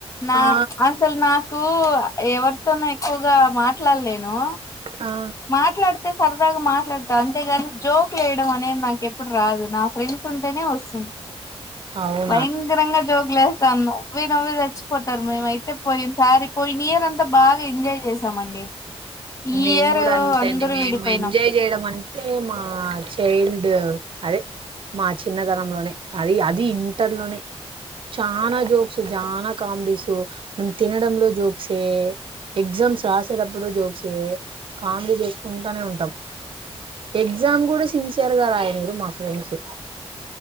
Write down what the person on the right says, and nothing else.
ఆ
ఆ
అవును
మేము
కూడా అంతే
అండి మేము
ఎంజాయ్ చేయడం అంటే మా చైల్డ్ అదే మా చిన్నతనంలోనే అది అది ఇంటర్లోనే చానా జోక్సు చానా కామెడీస్ మేము తినడంలో జోక్సే ఎగ్జామ్స్ రాసేటప్పుడు జోక్సే కామెడీ చేసుకుంటనే ఉంటాం ఎగ్జామ్ గుడా సిన్సియర్ గా రాయనీయరు మా ఫ్రెండ్స్